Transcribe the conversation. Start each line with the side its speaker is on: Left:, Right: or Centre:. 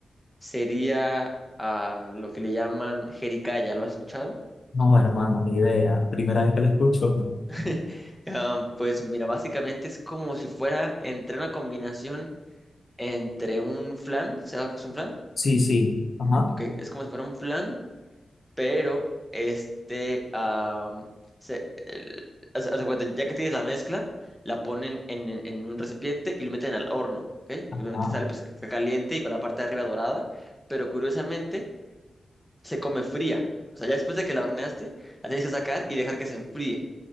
Centre: sería ah, lo que le llaman jericaya. ¿Lo has escuchado?
Left: No, hermano, ni idea. Primera vez que lo escucho.
Centre: <laughs> Am, pues mira, básicamente es como si fuera entre una combinación entre un flan, ¿sabes lo que es un flan?
Left: Sí, sí. Ajá.
Centre: Ok, es como si fuera un flan, pero este, ah, se, el- haz- haz de cuenta, ya que tienes la mezcla, la ponen en, en- en un recipiente y lo meten al horno, ¿ok? Y obviamente
Left: Ah,
Centre: sale pues ca- caliente y con la parte de arriba dorada, pero curiosamente se come fría. O sea, ya después de que la horneaste, la tienes que sacar y dejar que se enfríe.